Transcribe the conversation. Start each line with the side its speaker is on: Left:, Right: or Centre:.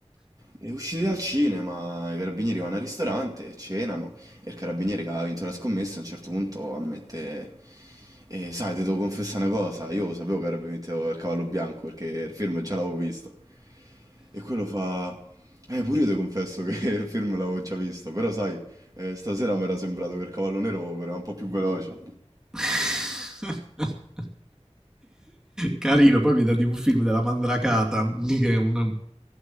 Right: E usciti dal cinema, i carabinieri vanno al ristorante, cenano e il carabiniere che ha vinto la scommessa a un certo punto ammette «Eh, sai, ti devo confessare una cosa, io sapevo che avrebbe vinto il cavallo bianco perché il film già l'avevo visto». E quello fa «Eh, pure io ti confesso che <laughs> il film l'avevo già visto, però sai, eh, stasera mi era sembrato che il cavallo nero era un po' più veloce».
Centre: <laughs> Carino, poi mi dà di un film della Mandracata, che è un, un